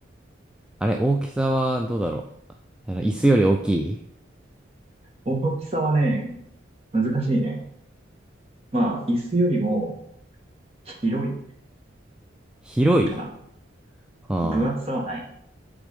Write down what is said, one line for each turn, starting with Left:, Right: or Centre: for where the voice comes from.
Centre: あれ、大きさはどうだろうあの、椅子より大きい
Right: 大きさはね、難しいね。まあ椅子よりも広い
Centre: 広い
Right: かな。
Centre: はあ、
Right: 分厚さはない。